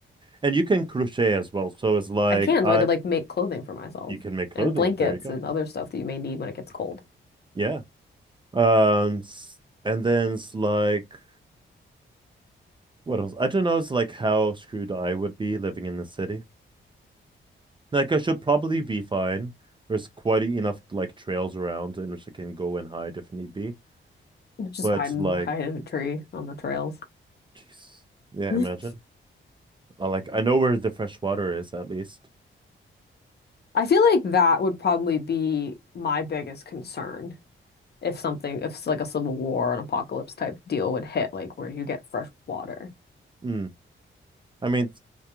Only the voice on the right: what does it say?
and you can crochet as well. So it's like
I
you can make clothing.
There you go.
Yeah. Um, s- and then it's like what else? I don't know. It's like how screwed I would be living in the city. Like I should probably be fine. There's quite enough like trails around in which I can go and hide if need be.
But
like,
oh, jeez, yeah,
imagine. I, like I know where the fresh water is at least.
Mm. I mean, it's